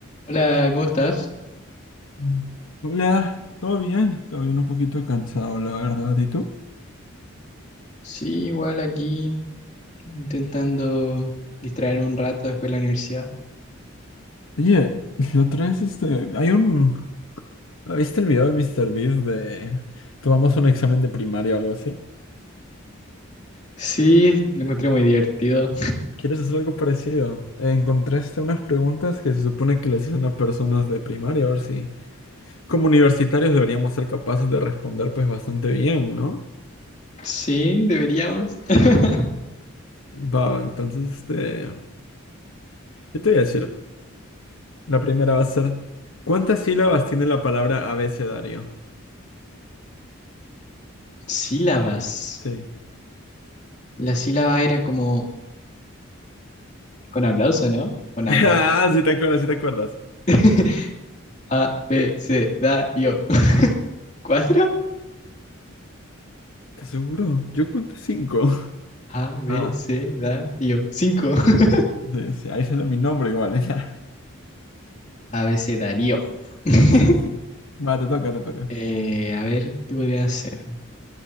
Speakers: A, on the left; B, on the left.
A: Hola, ¿cómo estás?
B: Mm. Hola, ¿todo bien? Todo bien, un poquito cansado, la verdad. ¿Y tú?
A: Sí, igual aquí intentando distraerme un rato después de la universidad.
B: Oye, la otra vez, este, hay un... ¿Viste el video de MrBeast de... Tomamos un examen de primaria o algo así?
A: Sí, lo encontré muy divertido.
B: ¿Quieres hacer algo parecido? Encontraste unas preguntas que se supone que les hacen a personas de primaria, a ver si... Como universitarios deberíamos ser capaces de responder pues bastante bien, ¿no?
A: Sí, deberíamos. <laughs>
B: Va, entonces, este... Yo te voy a decir, la primera va a ser... ¿Cuántas sílabas tiene la palabra abecedario?
A: Sílabas.
B: Sí.
A: La sílaba era como con aplauso, ¿no? O
B: <laughs>
A: nada
B: Ah,
A: que ver.
B: sí te acuerdas, sí te acuerdas.
A: <laughs> A, B, C, da, yo. ¿Cuatro?
B: ¿Te aseguro? Yo conté cinco.
A: A, B,
B: Ah,
A: C, da, yo. Cinco. <laughs>
B: sí, sí, ahí sale mi nombre igual, <laughs> ya.
A: A, B, C, darío. <laughs>
B: Sí, sí. Va, te toca, te toca.
A: Eh, a ver, ¿qué podría hacer?